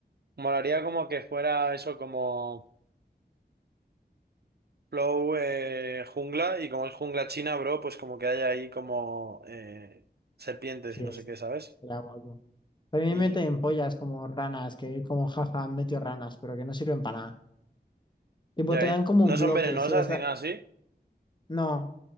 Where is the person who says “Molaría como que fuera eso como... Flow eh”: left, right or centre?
Right